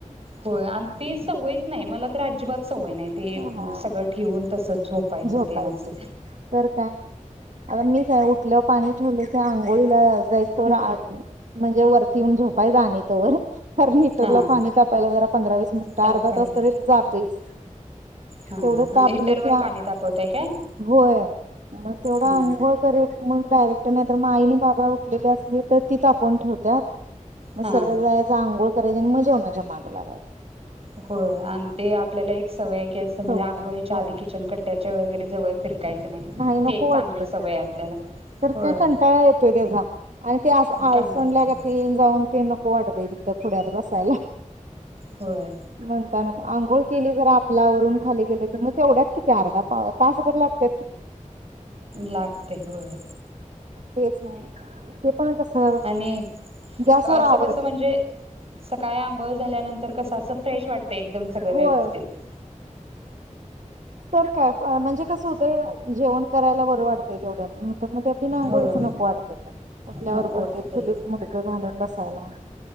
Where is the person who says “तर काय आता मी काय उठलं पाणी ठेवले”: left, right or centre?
Right